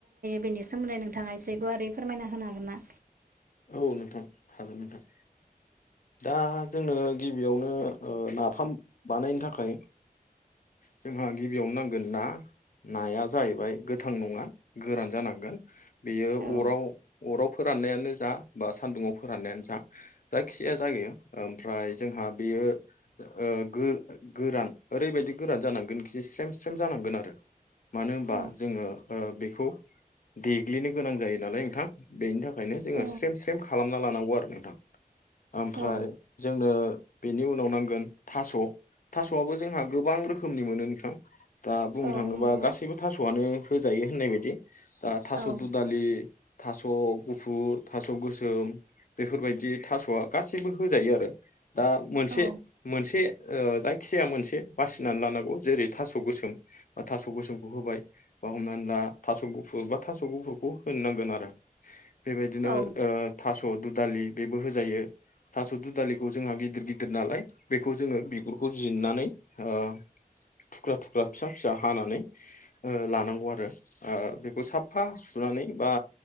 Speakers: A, on the right (about 70°); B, on the left (about 60°).
A: बेनि सोमोन्दै नोंथाङा एसे गुवार रै फोरमायना होनो हागोन ना?
B: औ नोंथां हागोन नोंथां। दा जोनो गिबियावनो ओ नाफाम बानायनो थाखाय जोंहा गिबियावनो नांगोन ना। नाया जाहैबाय गोथां नङा गोरान जानांगोन बेयो
A: औ
B: अराव अराव फोरा राननायानो जा बा सान्दुंआव फोराननायानो जा जायखिजाया जायो ओमफ्राय जोंहा बेयो ओ गो गोरान ओरैबायदि गोरान जानांगोन खिजाय स्रेम स्रेम जानांगोन आरो मानो होनबा
A: औ
B: जोङो ओ बेखौ देग्लिनो गोनां जायो नालाय नोंथां बेनि थाखाय। जोङो
A: औ
B: स्रेम स्रेम खालामना लानांगौ आरो नोंथां ओमफ्राय
A: औ
B: जोंनो बेनि उनाव नांगोन थास' थास'आबो जोंहा गोबां रोखोमनि मोनो नोंथां। दा बुंनो
A: औ
B: थाङोबा
A: नंगौ
B: गासैबो थास'आनो होजायो होननाय बायदि दा थास'
A: औ
B: दुदालि थास' गुफुर थास' गोसोम बेफोरबायदि थास'आ गासैबो होजायो आरो। दा मोनसे
A: औ
B: मोनसे ओ जायखि जाया मोनसे बासिनानै लानांगौ जेरै थास' गोसोम बा थास' गोसोमखौ होबाय बा हमनानै थास' गुफुर बा थास' गुफुरखौ होनो नांगोन आरो। बिदिनो
A: औ
B: ओ थास' दुदालि बेबो होजायो। थास' दुदालिखौ जोंहा गिदिर गिदिर नालाय बेखौ जोङो बिगुरखौ जिरनानै ओ थुख्रा थुख्रा फिसा फिसा हानानै ओ लानांगौ आरो। ओ बेखौ साफा सुनानै बा